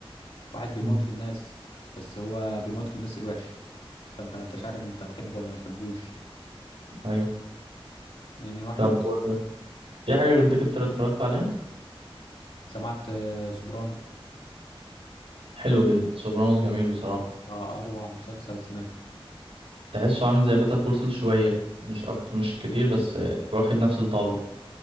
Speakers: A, on the left; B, on the right.
A: واحد بيموت
B: مم.
A: في الناس بس هو بيموت في الناس الوحش فانت ما انتش عارف انت هتحبه ولا ما تحبوش
B: أيوه
A: يعني هو حلو
B: طب
A: الصراحة.
B: و- في حاجة غير ديكستر اتفرجت عليها
A: سمعت آه، سوبرانوس
B: حلو جدا سوبرانوس جميل بصراحة
A: ده اروع مسلسل سمعته
B: تحسه عامل زي بيتر كول سول شوية مش أكتر مش كتير بس آه، واخد نفس الطابع